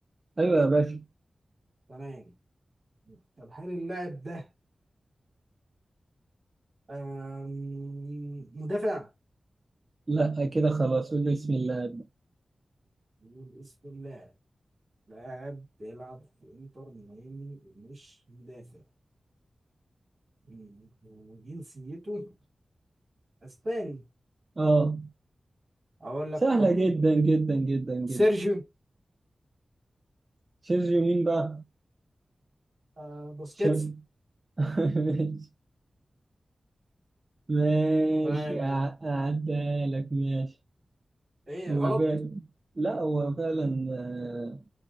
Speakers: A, on the right; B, on the right.
A: أيوة يا باشا
B: تمام طب هل اللاعب ده آم، مدافع
A: لا كده خلاص قول له بسم الله أبدأ.
B: نقول اسم اللاعب لاعب بيلعب في انتر ميامي ومش مدافع مم. وجنسيته اسباني
A: آه
B: اقول
A: سهلة
B: لك هو مين
A: جدا جدا جدا جدا
B: سيرجيو
A: سيرجيو مين بقى؟
B: آه بوسكيتس
A: شم... <laughs> ماشي ماشي
B: تمام
A: أع- أعدها لك ماشي
B: ايه
A: هو
B: غلط
A: فعلا لا هو فعلا آه،